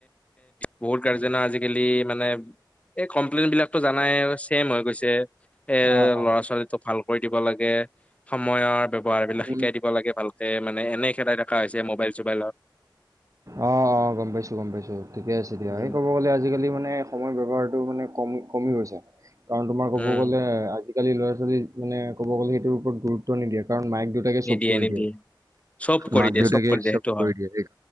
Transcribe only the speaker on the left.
বহুত কাৰজনা আজিকালি মানে। এই কমপ্লেইন বিলাকতো জানাই চেইম হৈ গৈছে। এৰ
ল'ৰা ছোৱালী তোক ভাল কৰি দিব লাগে সময়ৰ ব্যৱহাৰ বিলাক
শিকাই দিব লাগে ভাল। ততে মানে এনেই খেলাই থকা হৈছে মোবাইল চোবাইলত।
উম
উম
নিদিয়ে
নিদিয়ে
চব কৰি
দিয়ে
দিয়ে
সেইটো
হয়